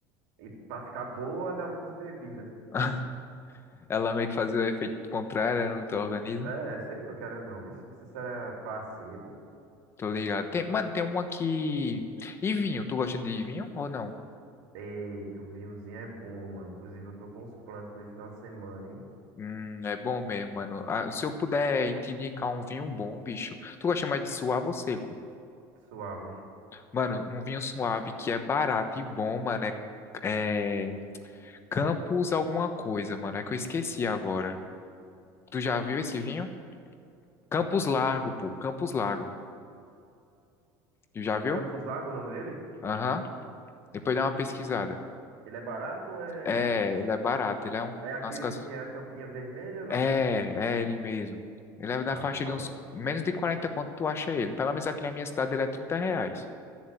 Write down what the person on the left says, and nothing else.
<laughs> Ela meio que fazia o efeito contrário né, no teu organismo.
Tô ligado. Tem, mano, tem uma que. E vinho? Tu gosta de vinho ou não?
Hum, é bom mesmo, mano. Ah, se eu puder te indicar um vinho bom, bicho. Tu gosta mais de suave ou seco?
Mano, um vinho suave que é barato e bom, mano, é, é Campos alguma coisa, mano. É que eu esqueci agora. Tu já viu esse vinho? Campos Largo, pô. Campos Largo. Tu já viu?
Aham. Depois dá uma pesquisada.
É, ele é barato. Ele é um...
Nas casas...
É, é ele mesmo. Ele é na
faixa
de uns...
Menos de 40. quanto tu acha ele. Pelo menos aqui na minha cidade ele é 30 reais.